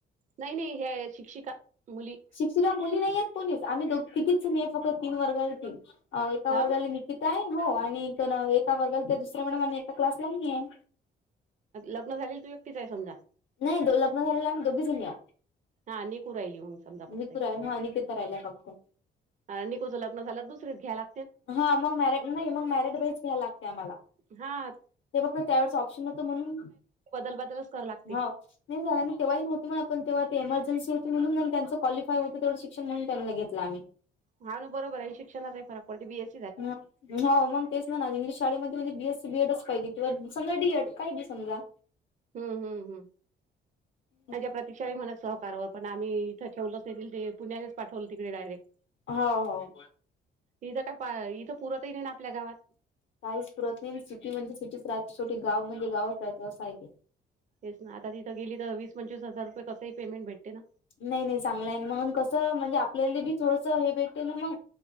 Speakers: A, on the right; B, on the left.
A: नाही नाही हे शिक्षिका मुली.
B: शिक्षिका मुली नाहीय आहेत कोणीच, आम्ही दो तिघीच नाही फक्त. तीन वर्गाला तीन एका
A: हाव
B: वर्गाला निकि काय आहे हो आणि एक दोन एका वर्गाला तर, दुसऱ्या मॅडम आणि एका क्लासला मी आहे.
A: लग्नं झालेली तू एकटीच आहे समजा.
B: नाही लग्न झालेलं, आम्ही दोघीं जनी हाव.
A: हा निकू राहिली मग, समजा फक्त
B: मितू
A: ये.
B: राहील हा निकिता राहिल्या फक्त
A: निकूच लग्न झालं, दुसरीच घ्याला.
B: हा मग मॅरेज नाही मग, मॅरिड बाई घ्यायला लागते आम्हाला.
A: हां...
B: ते फक्त त्यावरच ऑप्शन नव्हते, म्हणून हो...
A: बदल बदलच कराव लागते
B: नाही झाला ना तेव्हाही होते मग आपण तेव्हा ते इमर्जन्सी होती, म्हणून त्यांच क्वालिफाय होतं तेवढं शिक्षण म्हणून त्यांना घेतलं आम्ही.
A: हा ना बरोबर आहे शिक्षणाचा पण फरक पडती बीएस
B: हं.. हो मगं. तेच ना इंगलिश शाळेमध्ये म्हणजे, बीएससी बीएडच पाहिजे किंवा समजा डीएड काही बी समजा.
A: हम्म हम्म हम्म.
B: हो
A: माझ्या प्रतीक्षाने मला सहकारवर पण आम्ही इथं ठेवलंच नाही तीला ते, पुण्यालाच पाठवले तिकडे डायरेक्ट.
B: हांव हांव..
A: इथं काय इथं, पुरतही नाही ना आपल्या गावात.
B: काहीच पुरतं नाही सिटी म्हजे, सिटीचे राज्य छोटे गाव म्हणजे गाव असं हाय ते.
A: तेच ना आता तिथं गेली तर, वीस पंचवीस हजार रुपये तसं ही पेमेंट भेटते ना.
B: नाही नाही चांगलं आहे मग, कसं म्हणजे आपल्याला बी थोडंसं हे भेटते ना मग.